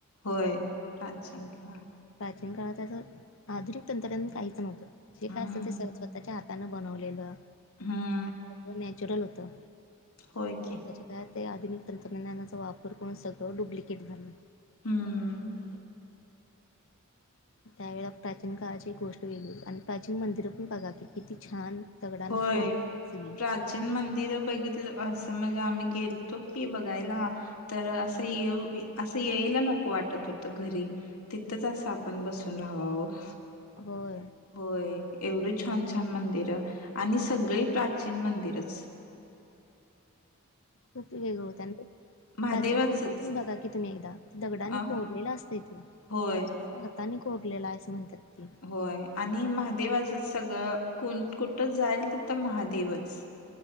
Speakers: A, on the left; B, on the left.
A: होय प्राचीन काळ
B: प्राचीन काळात असं आधुनिक तंत्रज्ञान काहीच नव्हतं, जे
A: हम्म
B: काय असेल ते स स्वतःच्या हातानं बनवलेलं
A: हम्म
B: सगळं नॅचरल होतं
A: होयकी
B: त्याच्या काळात ते आधुनिक तंत्रज्ञानाचा वापर करून सगळं डुप्लिकेट झालं
A: हम्म
B: त्यावेळेला प्राचीन काळाची गोष्ट वेगळी होती आणि प्राचीन मंदिरं पण बघा की किती छान दगडानं
A: होय
B: कोरलेली आहेत सगळी.
A: प्रा चिन मंदिर बघितलं असं म्हणजे आम्ही गेलतो की बघायला तर असं येव असं यायला नको वाटत होतं घरी तिथंच असं आपण बसून राहावावं
B: होय
A: होय एवढी छान, छान मंदिर आणि सगळी प्राचीन मंदिरच
B: खूप वेगळ होतं आणि ते
A: महादेवाचच
B: प्राचीन मंदिर पण बघा कि तुम्ही एकदा दगडानी
A: अ
B: कोरलेल असतय ते
A: होय
B: हाताने कोरलेला आहे आसं म्हणतात ते
A: होय आणि महादेवाचं सगळं कोण कुठं जाईल तिथं महादेवच